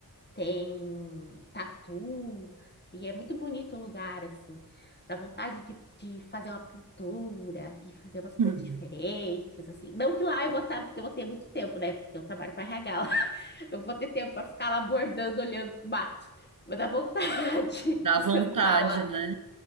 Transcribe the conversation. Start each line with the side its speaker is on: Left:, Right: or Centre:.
Left: tem tatu. E é muito bonito o lugar, assim. Dá vontade de, de fazer uma pintura e fazer umas coisas
Right: <laughs>
Left: diferentes, assim. Não que lá eu vou, tá, eu vou ter muito tempo, né? Porque eu trabalho com RH eu vou ter tempo para ficar lá bordando, olhando pro mato. Mas a vontade <laughs>
Right: Dá
Left: de
Right: vontade,
Left: sentar lá.
Right: né?